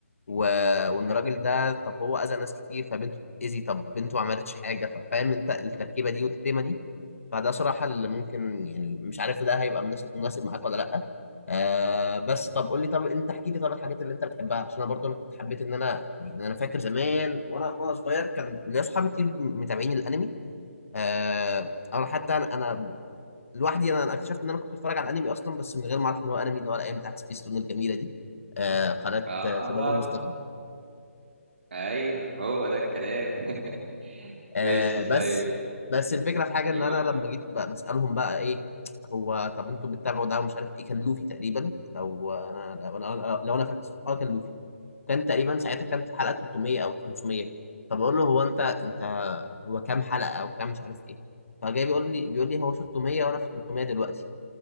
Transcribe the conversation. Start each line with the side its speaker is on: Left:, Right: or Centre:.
Left: و... وان الراجل ده طب هو اذى ناس كتير فبنته اذي طب بنته ما عملتش حاجه ف- فاهم انت التركيبه دي والتيمه دي فده صراحه اللي ممكن يعني مش عارف ده هيبقى مناسب مناسب معاك ولا لا آه بس طب قول لي طب انت احكي لي طب الحاجات اللي انت بتحبها عشان انا برضو انا كنت حبيت ان انا يعني انا فاكر زمان وانا وانا صغير كان ليا اصحابي كتير متابعين الانمي آه او حتى انا لوحدي انا أنا اكتشفت ان انا كنت بتفرج على الانمي اصلا بس من غير ما اعرف ان هو انمي اللي هو الايام بتاعت سبيس تون الجميله دي آه قناه
Right: آه
Left: آه، شباب المستقبل
Right: ايوه هو ده الكلام <laughs>
Left: آه
Right: ماشي طيب
Left: بس بس الفكره في حاجه ان
Right: ايوه
Left: انا لما جيت ب- بسالهم بقى ايه هو طب انتوا بتتابعوا ده ومش عارف ايه كان لوفي تقريبا لو انا لو انا لو انا فاكر صح اه كان لوفي كان تقريبا ساعتها كانت الحلقه 300 او 500 فبقول له هو انت انت هو كام حلقه او كام مش عارف ايه فجاي بيقول لي بيقول لي هو 600 وانا في 300 دلوقتي